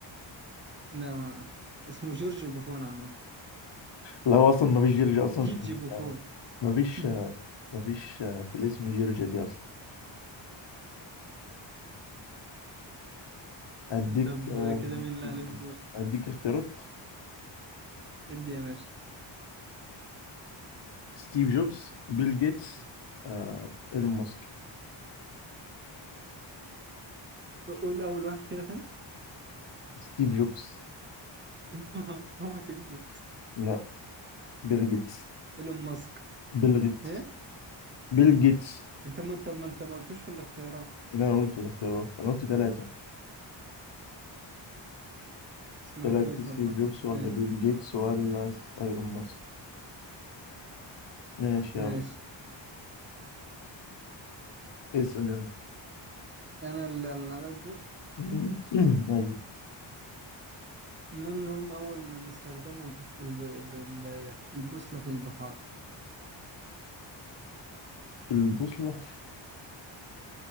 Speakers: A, on the right; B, on the left.
A: لا ما اسمه جورج بوفون عامة
B: لا هو أصلا ما فيش جورج أصلا
A: جيجي
B: في
A: بوفون
B: ما فيش
A: <laughs>
B: ما فيش في الاسم جورج دي أصلا اديك
A: طب
B: آه،
A: كده مين اللي عليه الدور
B: اديك اختيارات
A: ادي يا باشا
B: ستيف جوبز بيل جيتس آه، ايلون ماسك
A: قول اول واحد كده ثاني
B: ستيف جوبز
A: <laughs> هو هو تجيب
B: لا بيل جيتس
A: ايلون ماسك
B: بيل جيتس
A: ايه
B: بيل جيتس
A: انت ما انت ما انت ما قلتوش في الاختيارات
B: اللي انا قلته الاختيارات انا قلت ثلاثة
A: سمعتوش
B: ثلاثة ستيف
A: والله
B: جوبز ولا
A: ماشي
B: بيل جيتس ولا ايلون ماسك ماشي
A: ماشي
B: يلا اسأل يلا
A: انا اللي اللي على الدور
B: مم. <clears throat> ايوه
A: من هم اول من استخدموا الب... الب... ال- ال- البوصلة في البحار
B: البوصلة